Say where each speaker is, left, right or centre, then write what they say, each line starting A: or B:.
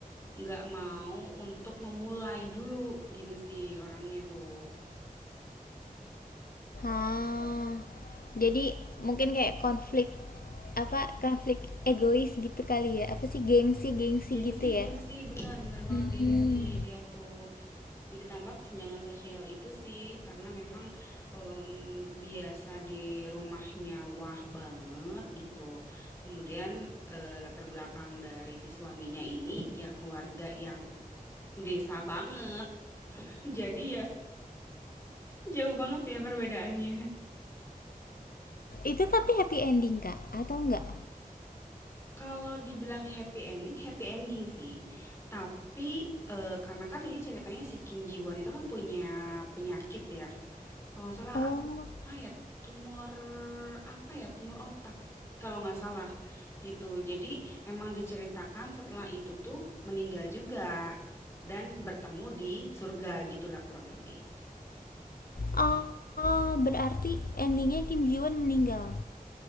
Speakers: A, on the left; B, on the left.
A: Nggak mau untuk memulai dulu gitu sih orangnya tuh.
B: ah Jadi mungkin kayak konflik apa konflik egois gitu kali ya. Apa sih gengsi-gengsi
A: Gengsi
B: gitu
A: gengsi,
B: ya?
A: bener bener banget
B: Hmm.
A: gengsi dia tuh. Jadi tambah kesenjangan sosial itu sih karena memang, mmm, biasa di rumahnya wah banget gitu. Kemudian, eee, latar belakang dari si suaminya ini ya keluarga yang desa banget. <laughs> Jadi ya jauh banget ya perbedaannya.
B: Itu tapi happy ending, Kak, atau enggak?
A: Kalau dibilang happy ending, happy ending sih. Tapi, eee, karena kan ini ceritanya si Kim Ji Won itu kan punya penyakit ya, kalau nggak salah
B: Oh.
A: apa ya, tumor apa ya, tumor otak kalau nggak salah gitu. Jadi emang diceritakan setelah itu tuh meninggal juga dan bertemu di surga gitulah kurang lebih.
B: Ah, berarti endingnya Kim Ji Won meninggal.